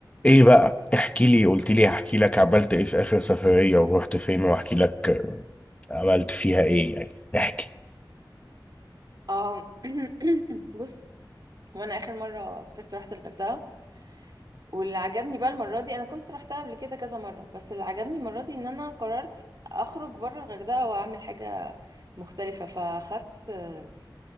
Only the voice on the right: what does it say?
اه <clears throat> بص وانا اخر مره سافرت رحت الغردقه واللي عجبني بقى المره دي انا كنت رحتها قبل كده كذا مره بس اللي عجبني المره دي ان انا قررت اخرج بره الغردقه واعمل حاجه مختلفه فاخدت آه،